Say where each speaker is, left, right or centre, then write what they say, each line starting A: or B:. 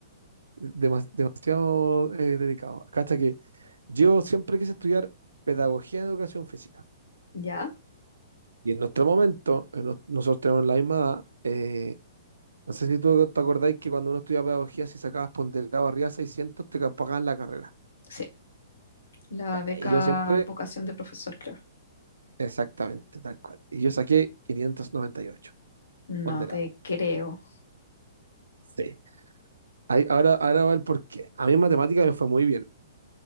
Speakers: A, on the right; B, on the left.
A: Demas- demasiado eh, delicado. Cacha que yo siempre quise estudiar pedagogía en educación física.
B: ¿Ya?
A: Y en nuestro momento, en nos- nosotros tenemos la misma edad. eh, no sé si tú te acordáis que cuando uno estudiaba pedagogía, si sacabas ponderado arriba de 600 te ca- pagaban la carrera.
B: Sí. La
A: Ya,
B: beca
A: y yo siempre
B: vocación de profesor, creo.
A: Exactamente, tal cual. Y yo saqué 598 ponderado.
B: No te creo.
A: Sí. Ahí- ahora, ahora va el porqué. A mí en matemática me fue muy bien.